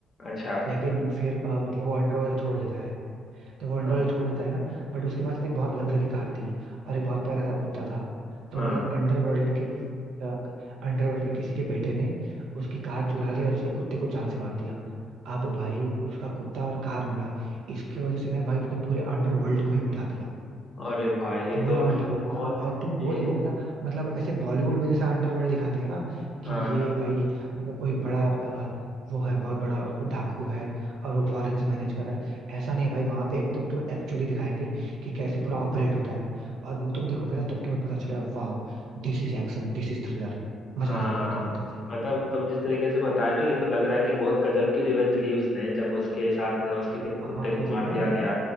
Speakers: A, on the left; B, on the right.
A: अच्छा
B: लेकिन फिर अ, मतलब वो अंडरवर्ल्ड छोड़ देता है जब वो अंडरवर्ल्ड
A: हाँ
B: छोड़ देता है ना बट उसके पास एक बहुत लग्जरी कार थी और एक बहुत प्यारा सा कुत्ता था तो
A: हाँ
B: मतलब अंडरवर्ल्ड के किसी अंडरवर्ल्ड के किसी के बेटे ने उसकी कार चुरा ली और उसके कुत्ते को जान से मार दिया अब भाई उसका कुत्ता और कार मरा इसकी वजह से ना भाई उसने पूरे अंडरवर्ल्ड को ही मिटा दिया
A: अरे भाई ये
B: पूरा
A: तो
B: अंडरवर्ल्ड
A: <laughs> बहुत
B: और तुम वो
A: ये
B: देखोगे ना मतलब ऐसे बॉलीवुड में जैसा अंडरवर्ल्ड दिखाते हैं ना कि
A: हाँ
B: ये भाई मतलब कोई बड़ा अ, वो है बहुत बड़ा डाकू है और वो फॉरेन से मैनेज कर रहा है ऐसा नहीं भाई वहां पे एकदम तो एक्चुअली दिखाएंगे कि कैसे पूरा ऑपरेट होता है और वो तुम देखोगे ना तब तुम्हें पता चलेगा वाह this is action this is thriller मजा
A: हाँ
B: आ जाएगा भाई तुम्हें एकदम से
A: मतलब तुम जिस तरीके से बताया ना ये तो लग रहा है कि बहुत गजब की रिवेंज ली उसने जब उसके साथ उसके किस
B: बहुत
A: कुत्ते को
B: गजब
A: मार
B: भाई
A: दिया गया